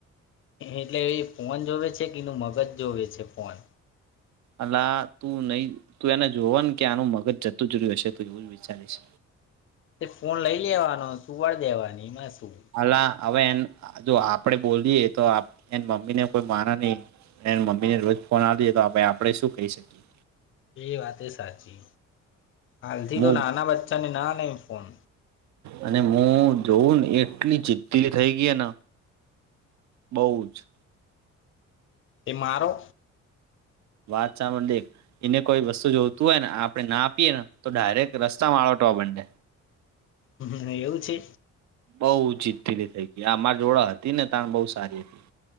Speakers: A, on the left; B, on the right.
A: એટલે એ ફોન જોવે છે કે એનું મગજ જોવે છે ફોન.
B: અલા તું નહી તું એને જોવ ને કે આનું મગજ જતું જ્યું હશે ત એવું. વિચારીશ.
A: તે ફોન લઈ લેવાનો શુંવા દેવાની મને શું.
B: હાલા હવે એ જો આપડે બોલીએ તો એ મમ્મી ને કોઈ માના નહી એની મમ્મી જ ફોન આપ દેએ તો આપ આપડે શું કહી શકીએ.
A: એ વાત સાચી હાલથી
B: મુ
A: તો નાના બચ્ચાને ના લને ફોન
B: અને હું જોઉં ને એટલી જિદ્દીલી થઈ ગઈ ને બહુ જ.
A: એ મારો
B: વાત ચામડે <unintelligible> એને કોઈ વસ્તુ જોતું હોય ને આપડણે ના આપીએ ને તો ડાયરેક્ટ રસ્તા મા આળટવા માંડે.
A: હમ્મ એવું છે.
B: બહુ જીદથી ની થઈ ગઈ આ અમારી જોડા હતી ને તણ બહુ સારી હતી.